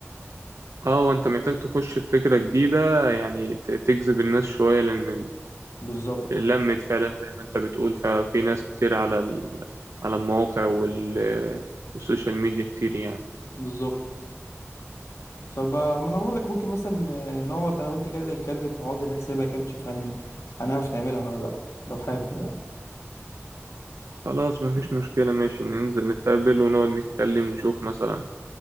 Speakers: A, on the right; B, on the left.
A: اه وانت محتاج تخش بفكرة جديدة يعني ت- تجذب الناس شوية لان ال-
B: بالظبط
A: لمت فعلا زي ما انت بتقول ففي ناس كتير على ال... على المواقع وال... والسوشيال ميديا كتير يعني
B: بالظبط فبقى ما انا بقول لك ممكن مثلا آه، نقعد انا وانت كده نتكلم في عقد نحسبها كده نشوف هن... هنعرف نعملها ولا لا لو حابب يعني
A: خلاص مفيش مشكلة ماشي ننزل نتقابل ونقعد نتكلم نشوف مثلا